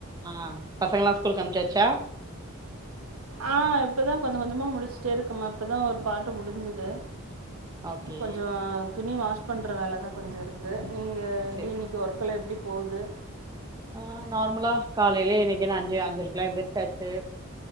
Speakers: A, on the right; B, on the right.
A: ஆ பசங்க எல்லா ஸ்கூலுக்கு அனுப்சாச்சா
B: ஆ இப்பதா கொஞ்சோ கொஞ்சோமா முடிஸ்ட்டேருக்கமா இப்பதா ஒரு பார்ட்டு முடுஞ்சுது
A: ஓகே
B: கொஞ்சோ துணி வாஷ் பண்ற வேலதா கொஞ்சோ இருக் கு நீங்க
A: சேரி
B: க்ளீனிக் ஒர்க்கல்லா எப்டி போது
A: ஆ நார்மலா காலைலயே இன்னிக்கு நா அஞ்சு அஞ்சருக்கலாம் எந்திசாச்சு